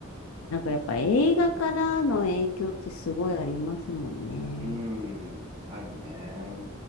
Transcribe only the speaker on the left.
なんかやっぱ映画からの影響ってすごいありますもんね。